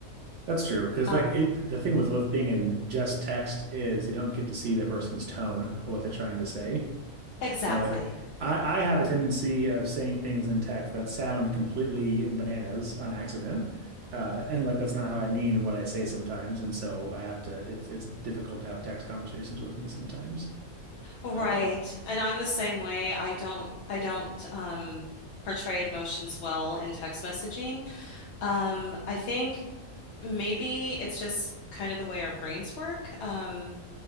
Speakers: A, on the right; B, on the left.
A: That's true because
B: Um,
A: like it, the thing with with being in just text is you don't get to see the person's tone of what they're trying to say.
B: exactly.
A: Yeah, like I, I have a tendency of saying things in text that sound completely bananas on accident. Uh, and like that's not how I mean what I say sometimes. And so I have to it's it's difficult to have text conversations with me sometimes.
B: Right.
A: Um,
B: And I'm the same way. I don't I don't um portray emotions well in text messaging. Um I think maybe it's just kind of the way our brains work. Um